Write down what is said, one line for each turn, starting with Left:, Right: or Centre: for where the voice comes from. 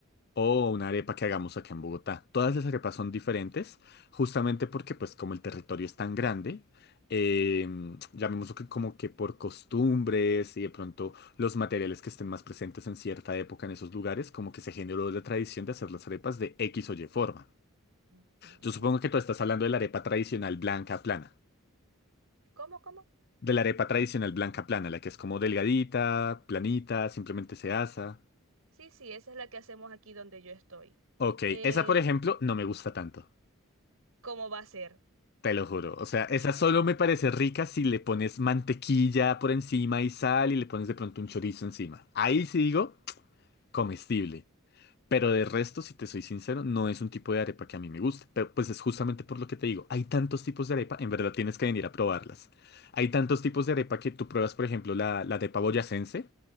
Left: O una arepa que hagamos acá en Bogotá. Todas las arepas son diferentes, justamente porque, pues, como el territorio es tan grande, eh, llamémoslo que como que por costumbres y de pronto los materiales que estén más presentes en cierta época en esos lugares, como que se generó la tradición de hacer las arepas de X o Y forma.
Right: Ujú.
Left: Yo supongo que tú estás hablando de la arepa tradicional blanca plana.
Right: ¿Cómo, cómo?
Left: De la arepa tradicional blanca plana, la que es como delgadita, planita, simplemente se asa.
Right: Sí, sí, esa es la que hacemos aquí donde yo estoy.
Left: Ok,
Right: Eh,
Left: esa por ejemplo no me gusta tanto.
Right: ¿cómo va a ser?
Left: Te lo juro. O sea, esa
Right: <laughs>
Left: solo me parece rica si le pones mantequilla por encima y sal y le pones de pronto un chorizo encima. Ahí sí digo comestible. Pero de resto, si te soy sincero, no es un tipo de arepa que a mí me gusta. Pero pues es justamente por lo que te digo. Hay tantos tipos de arepa, en verdad tienes que venir a probarlas. Hay tantos tipos de arepa que tú pruebas, por ejemplo, la, la arepa boyacense.